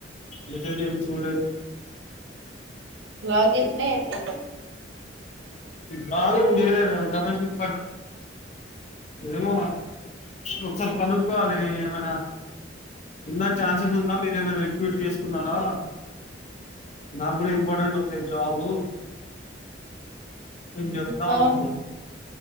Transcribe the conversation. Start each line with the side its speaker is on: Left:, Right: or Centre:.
Left: మెసేజ్ ఏం చూళ్ళేదు
Right: వాగిదే ఏంది
Left: జాబ్ ఏ చేయలేదు డబ్బల్ టిక్ ఏమో ఒకసారి కనుక్కోవాలి ఏమైనా ఉంద ఛాన్సెస్ ఉందా మీర ఏమై ఎక్విటీ చేసుకున్నారా నాకు కూడా ఇంపార్టెంట్ ఉంది జాబ్ చెప్తామనుకుంటున్నాం
Right: తను